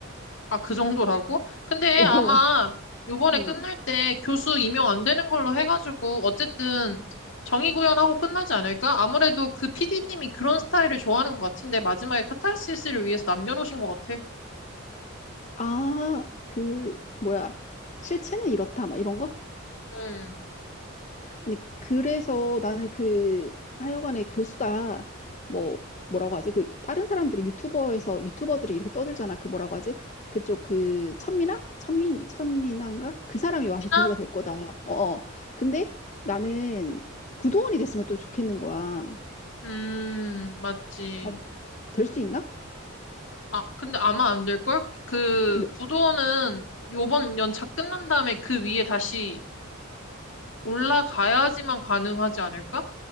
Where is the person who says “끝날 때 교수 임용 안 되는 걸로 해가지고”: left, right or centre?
Left